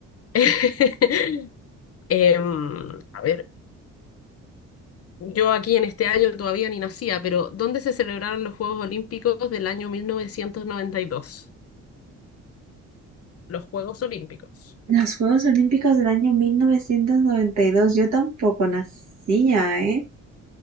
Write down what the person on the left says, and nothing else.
<laughs> Em, a ver, yo aquí en este año todavía ni nacía, pero ¿dónde se celebraron los Juegos Olímpicos del año 1992? Los Juegos Olímpicos.